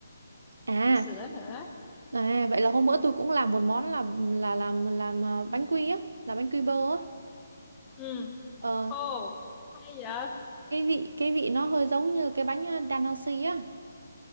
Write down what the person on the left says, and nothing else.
ít sữa nữa
ừ
ô hay vậy à